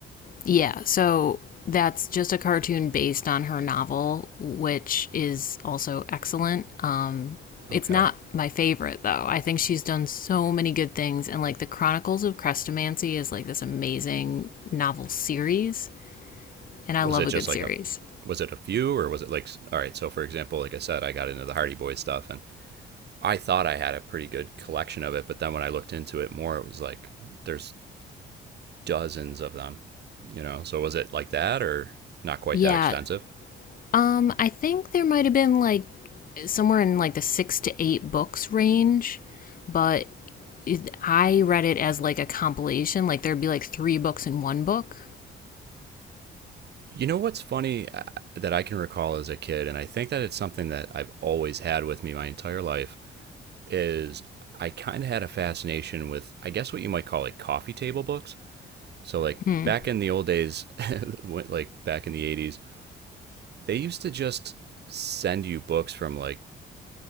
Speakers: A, on the left; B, on the right.
A: yeah. So that's just a cartoon based on her novel, which is also excellent. Um,
B: okay
A: it's not my favorite though. I think she's done so many good things, and like the Chronicles of Crestomancy is like this amazing novel series, and I
B: was
A: love
B: it
A: a
B: just
A: good
B: like
A: series.
B: a was it a few or was it like all right so for example like i said i got into the hardy boys stuff and I thought I had a pretty good collection of it, but then when I looked into it more, it was like there's dozens of them, you know? So was it like that or not quite
A: Yeah,
B: that extensive?
A: Um, I think there might have been like somewhere in like the six to eight books range, but it, I read it as like a compilation. Like there'd be like three books in one book.
B: You know what's funny uh, that I can recall as a kid, and I think that it's something that I've always had with me my entire life, is I kind of had a fascination with, I guess, what you might call like coffee table books. So, like
A: Hmm.
B: back in the old days, <laughs> when- like back in the 80s, they used to just send you books from like